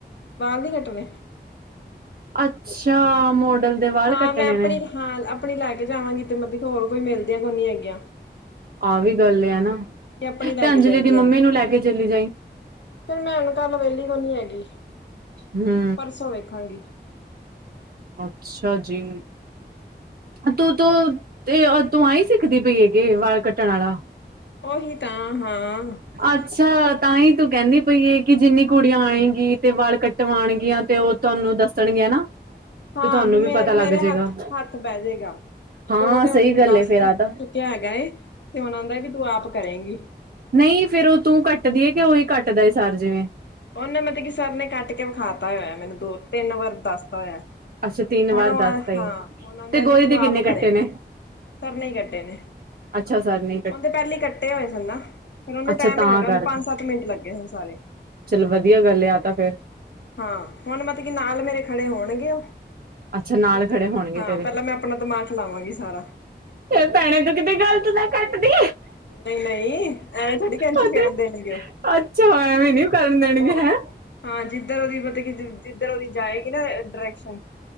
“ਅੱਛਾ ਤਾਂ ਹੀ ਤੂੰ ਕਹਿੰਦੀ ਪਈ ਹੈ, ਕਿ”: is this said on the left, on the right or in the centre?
Right